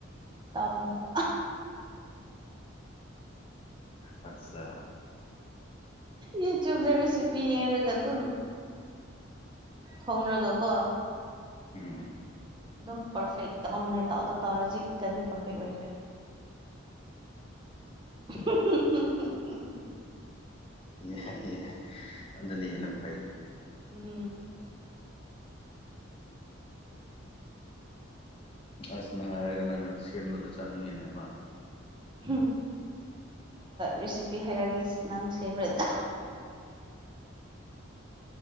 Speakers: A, on the right (about 25°); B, on the left (about 25°).
A: ꯇꯧꯕꯅꯦꯕ
B: ꯑꯠꯆꯥ
A: ꯌꯨꯇꯨꯕ ꯔꯦꯁꯤꯄꯤ ꯌꯦꯉꯒ ꯑꯗꯨ ꯊꯣꯡꯂꯒꯀꯣ
B: ꯎꯝ
A: ꯑꯗꯨꯝ ꯄꯔꯐꯦꯛ ꯇꯥꯎꯅꯉꯥꯏ ꯇꯥꯎꯗ ꯇꯥꯎꯔꯁꯤ ꯀꯟꯗꯤ ꯄꯔꯐꯦꯛ ꯑꯣꯏꯈ꯭ꯔꯦ ꯎꯍꯨꯝ ꯍꯨꯝ
B: ꯌꯥꯏ ꯌꯥꯏ ꯑꯗꯨꯅ ꯍꯦꯟꯅ ꯐꯩ
A: ꯎꯝ
B: ꯑꯁ ꯅꯪ ꯍꯥꯏꯔꯒ ꯅꯪꯅ ꯁꯦꯝꯕꯗ ꯆꯥꯅꯤꯡꯉꯤꯅꯦ ꯑꯃꯥ
A: ꯎꯝ ꯔꯦꯁꯤꯄꯤ ꯍꯥꯏꯔꯒ ꯅꯪ ꯁꯦꯝꯕꯗ